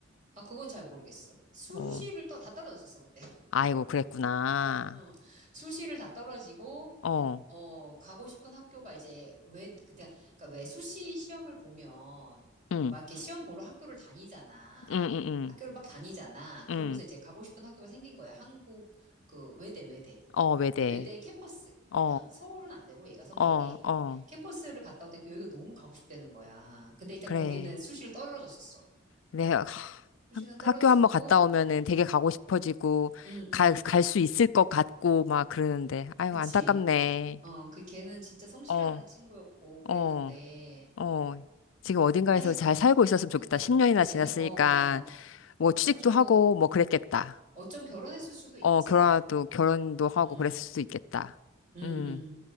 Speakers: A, on the right; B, on the left.
A: 아, 그건 잘 모르겠어. 수시를
B: 어,
A: 떠, 다 떨어졌었어, 그때. <laughs>
B: 아이고, 그랬구나.
A: 어. 수시를 다 떨어지고
B: 어,
A: 어, 가고 싶은 학교가 이제 왜 그때 그러니까 왜 수시 시험을 보면
B: 응,
A: 막 이렇게 시험 보러 학교를 다니잖아.
B: 응, 응, 응,
A: 학교를 막 다니잖아. 그러면서
B: 응.
A: 이제 가고 싶은 학교가 생긴 거야. 한국 그 외대 외대
B: 어, 외대.
A: 외대 캠퍼스.
B: 어,
A: 한 서울은 안 되고 얘가 성적이
B: 어, 어,
A: 캠퍼스를 갔다 오더니 여기가 너무 가고 싶다는 거야. 근데 일단
B: 그래.
A: 거기는 수시를 떨어졌었어.
B: 내가 하-
A: 수시는 떨어졌었고,
B: 학교 한번 갔다 오면은
A: 음,
B: 되게 가고 싶어지고,
A: 음, 음,
B: 갈, 갈 수 있을 것 같고, 막 그러는데. 아유,
A: 그치.
B: 안타깝네.
A: 어, 그 걔는 진짜 성실한
B: 어,
A: 친구였고 그랬는데.
B: 어. 어, 지금 어딘가에서
A: 아이고,
B: 잘 살고 있었으면
A: 그러니까
B: 좋겠다. 10년이나
A: 잘
B: 지났으니까,
A: 살, 어, 어, 어,
B: 뭐, 취직도
A: 맞아.
B: 하고, 뭐, 그랬겠다.
A: 어쩜 결혼했을 수도 있지.
B: 어, 결혼도, 결혼도 하고,
A: 음,
B: 그랬을 수도 있겠다.
A: 음,
B: 음.
A: 음.